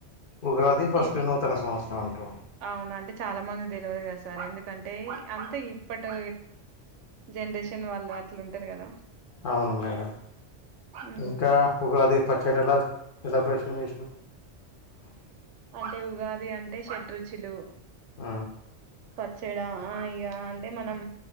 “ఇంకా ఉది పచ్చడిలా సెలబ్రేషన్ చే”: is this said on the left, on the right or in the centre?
Left